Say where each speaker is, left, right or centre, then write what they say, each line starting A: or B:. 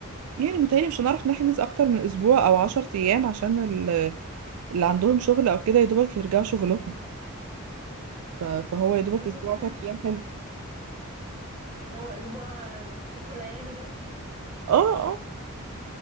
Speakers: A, on the right; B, on the right.
A: يعني متهيألي مش هنعرف نحجز أكتر من أسبوع أو عشر أيام عشان ال- اللي عندهم شغل أو كده يدوبك يرجعوا شغلهم ف- فهو يدوبك
B: خلاص
A: أسبوع عشر
B: ماشي
A: أيام حلو
B: لو اسبوع آه، ست ليالي ده
A: اه اه